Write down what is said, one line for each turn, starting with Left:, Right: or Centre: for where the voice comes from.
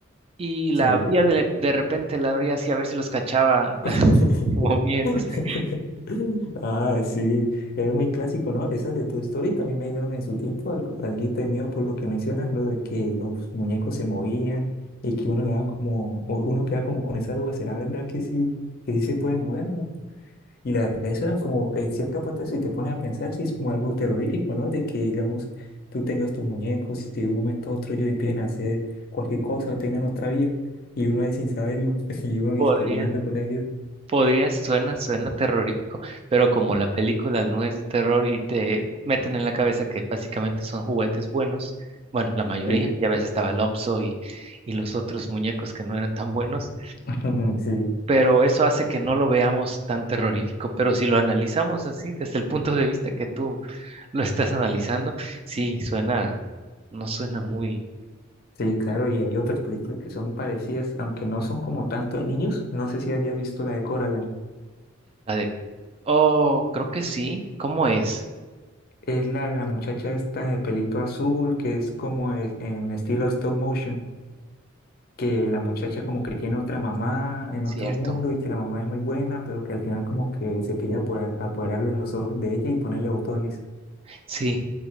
Right: y la
Left: sí.
Right: abría de, de repente, la abría así a ver si los cachaba <laughs>
Left: <laughs>
Right: moviéndose.
Left: <laughs> Ah, sí, es muy clásico, ¿no? Esas de Toy Story también me dieron en su tiempo algo, alguito de miedo por lo que mencionas, lo de que los muñecos se movían y que uno le da como, o uno queda como con esa duda, ¿será verdad que sí, que sí se pueden mover, ¿no? Y la verdad, eso era como, en cierta parte, si te pones a pensar, sí es como algo terrorífico, ¿no? De que, digamos, tú tengas tus muñecos y de un momento a otro ellos empiecen a hacer cualquier cosa o tengan otra vía y uno ahí sin saberlo <laughs> y uno
Right: Podría.
Left: es que jugando con ellos.
Right: Podría, suena, suena terrorífico, pero como la película no es de terror y te meten en la cabeza que básicamente son juguetes buenos, bueno, la mayoría,
Left: Sí,
Right: ya ves estaba Lopso y, y los otros muñecos que no eran tan buenos,
Left: <laughs> sí.
Right: pero eso hace que no lo veamos tan terrorífico, pero si lo analizamos así, desde el punto de vista que tú lo estás analizando, sí, suena, no suena muy,
Left: Sí, claro, y hay otras películas que son parecidas, aunque no son como tanto de niños. No sé si había visto la de Coraline.
Right: la de, oh, creo que sí, ¿cómo es?
Left: Es la, la muchacha esta de pelito azul, que es como es- en estilo stop motion, que la muchacha como que tiene otra mamá en
Right: Cierto.
Left: otro mundo y que la mamá es muy buena, pero que al final como que se quería apora- apoderar de los ojos de ella y ponerle botones.
Right: Sí,